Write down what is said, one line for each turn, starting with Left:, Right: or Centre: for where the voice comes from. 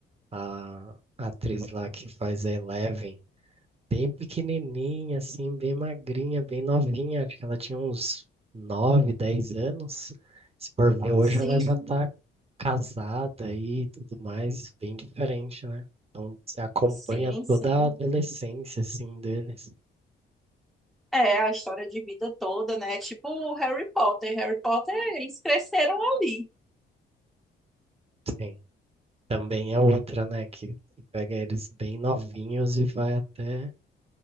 Right: a, a atriz lá que faz a Eleven bem pequenininha, assim, bem magrinha, bem novinha. Acho que ela tinha uns 9, 10 anos. Se por ver hoje,
Centre: sim,
Right: ela já tá casada e tudo mais, bem diferente, né? Então, você acompanha
Centre: sim, sim.
Right: toda a adolescência, assim, deles.
Centre: É a história de vida toda, né? Tipo o Harry Potter. Harry Potter, eles cresceram ali.
Right: Sim. Também é outra, né, que pega eles bem novinhos e vai até